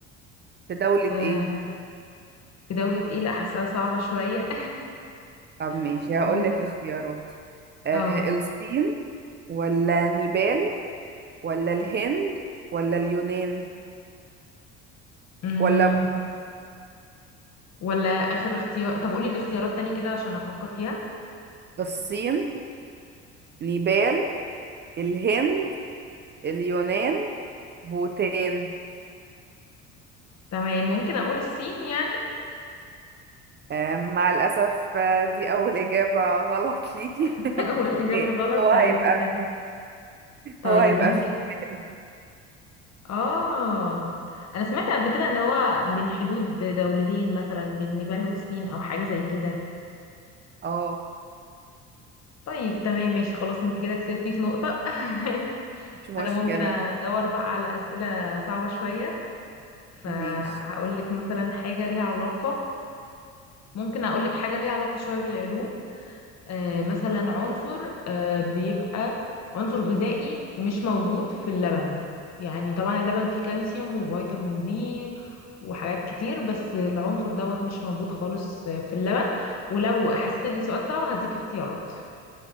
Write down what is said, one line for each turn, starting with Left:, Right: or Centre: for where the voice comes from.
Right: في دولة
Left: آه،
Right: ايه
Left: في دولة ايه لا حاساها صعبة شوية
Right: طب ماشي
Left: <laughs>
Right: هقولك
Left: ممكن
Right: اختيارات آه،
Left: اه
Right: الصين ولا نيبال ولا الهند ولا اليونان
Left: أمم،
Right: ولا
Left: ولا آخر اختيار طب قولي الاختيارات تاني كده عشان أفكر فيها
Right: الصين نيبال الهند اليونان بوتان
Left: تمام ممكن أقول الصين يعني
Right: آه، مع الأسف آه، دي أول إجابة غلط ليكي
Left: <laughs>
Right: <laughs>
Left: والإجابة غلط
Right: هو
Left: طيب
Right: هيبقى
Left: استني
Right: في
Left: طيب
Right: هو هيبقى
Left: ممكن
Right: في نيبال.
Left: اه انا سمعت قبل كده ان هو من حدود دولتين مثلا بين نيبال والصين او حاجه زي كده
Right: اه
Left: طيب تمام ماشي خلاص انت كده كسبتي في نقطه <laughs>
Right: مش مشكلة
Left: فانا ممكن ادور بقى على اسئله صعبه شويه فهقول
Right: ماشي
Left: لك مثلا حاجه ليها علاقه ممكن اقول لك حاجه ليها علاقه شويه بالعلوم آه،
Right: ماشي.
Left: مثلا عنصر آه، بيبقى عنصر غذائي مش موجود في اللبن يعني طبعا اللبن فيه كالسيوم وفيتامين دي وحاجات كتير بس العنصر دوت مش موجود خالص آه، في اللبن ولو حسيت ان السؤال صعب هديك اختيارات